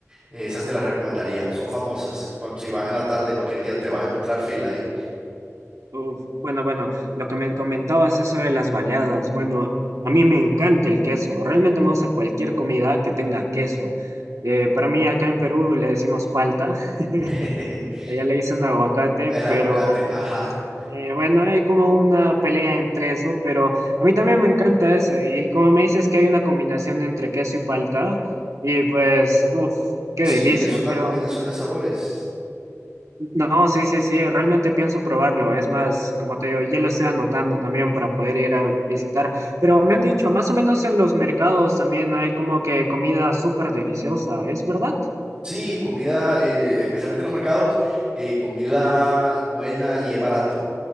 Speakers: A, on the right (about 20°); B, on the right (about 80°).
A: Eh, esas te las recomendaría. Son famosas. Cu- Si vas en la tarde, cualquier día te vas a encontrar fila ahí.
B: uf. Bueno, bueno, lo que me comentabas eso de las baleadas, bueno, a mí me encanta el queso, realmente me gusta cualquier comida que tenga queso. Eh, para mí acá en Perú le decimos palta. <laughs>
A: <laughs>
B: Allá le dicen aguacate,
A: El
B: pero
A: aguacate, ajá.
B: eh, bueno, hay como una pelea entre eso, pero a mí también me encanta ese. Y como me dices que hay una combinación entre queso y palta, y pues, uff, qué
A: Sí,
B: delicia.
A: es una
B: Pero
A: combinación de sabores.
B: no, sí, sí, sí, realmente pienso probarlo. Es más, como te digo, ya lo estoy anotando también para poder ir a visitar. Pero me han dicho, más o menos en los mercados también hay como que comida súper deliciosa, ¿es verdad?
A: Sí, comida, eh, especialmente en los mercados, eh, comida buena y es barato.